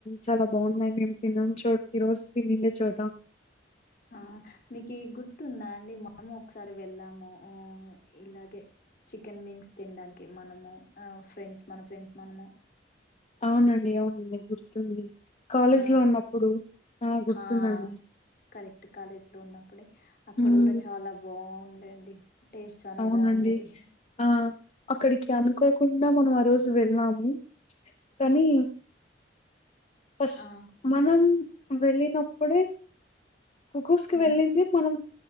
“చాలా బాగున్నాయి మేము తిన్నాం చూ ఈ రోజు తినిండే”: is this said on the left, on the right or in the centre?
Left